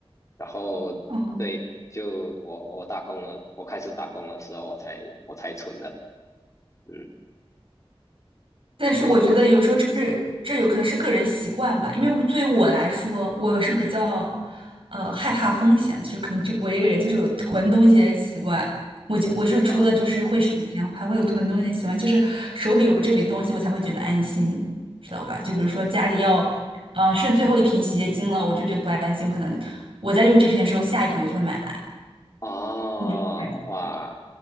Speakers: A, on the left; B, on the right.
A: 然后对，
B: 哦，
A: 就我我打工了，我开始打工的时候，我才我才存的。嗯，
B: 但是我觉得有时候这是这有可能是个人习惯吧，
A: 对
B: 因为对于我来说，我是比较呃害怕风险的，就可能这我这个人就是有囤东西的习惯。我就我是除了就是会省钱，
A: 啊啊
B: 还会有囤东西的习惯，就是手里有这笔东西，我才会觉得安心，知道吧？就比如说家里要，呃，剩最后一瓶洗洁精了，我就觉得不安心，我可能我在用这瓶的时候，下一瓶我就会买来。
A: 哦哇，
B: 你就